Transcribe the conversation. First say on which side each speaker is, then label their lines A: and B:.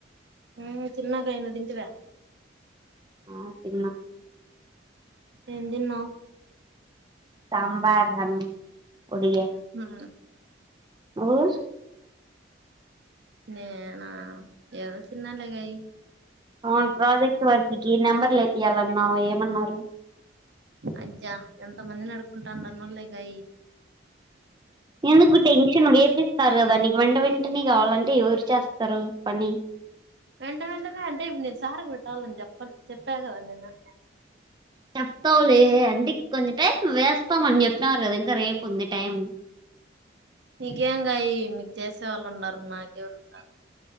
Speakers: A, on the right; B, on the right.
A: ఉ తిన్న గయి నువ్వు తింటివ
B: ఆ తిన్న
A: ఎం తిన్నావ్
B: సాంబార్ అన్నం ఒడిగాను
A: హూ
B: నువ్వు
A: నేనా ఏదో తిన్నాలే గయి
B: అవును ప్రాజెక్ట్ వర్క్కి నెంబర్లు ఇపియాలన్నావు ఏమన్నారు
A: అయ్యా ఎంత మందిని అడుకుంటానన్నలే గయి
B: ఎందుకు టెన్షన్ వేపిస్తారు కదా నీకు వెంట వెంటనే కావాలంటే ఎవరు చేస్తారు పని
A: వెంట వెంటనే అంటే ఇప్పుడు నేను సార్కి పెట్టాలని చెప్ప చెప్పా కదా నేనుంటే
B: చెప్తావులే అంటి కొంచెం టైం వేస్తామని చెప్పిన వారు కద ఇంకా రేపు ఉంది టైం
A: నీకేం గాయి మీకు చేసే వాళ్ళు ఉన్నారు నాకు ఎవరున్నారు